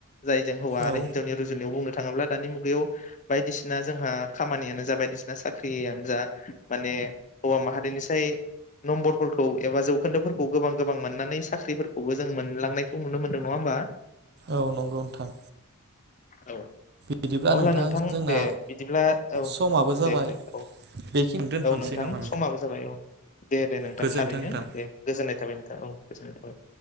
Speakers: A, on the left; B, on the right.
A: जायजों हौव आरो
B: औ
A: हिन्जावनि रुजु बेयाव बुंनो थाङोब्ला दानि मुगायाव बायदिसिना जोंहा खामानियानो जा बायदिसिना साख्रियानो जा माने हौवा माहारिनिसाय नम्बरफोरखौ एबा जौखोन्दोफोरखौ गोबां गोबां मोननानै साख्रिफोरखौबो जों मोनलांनायखौ नुनो मोनदों नङा होमबा?
B: औ नंगौ नोंथां।
A: औ
B: बिदिब्ला
A: अब्ला नोंथां
B: जोंना
A: दे बिदिब्ला औ
B: समाबो जाबाय
A: दे दे औ
B: बेखिनि दोनथ'नोसै
A: औ नोंथां
B: नामा
A: समाबो जाबाय औ दे दे नोंथां
B: गोजोन्थों
A: थारैनो
B: नोंथां
A: दे गोजोननाय थाबाय नोंथां औ गोजोननाय थाबाय।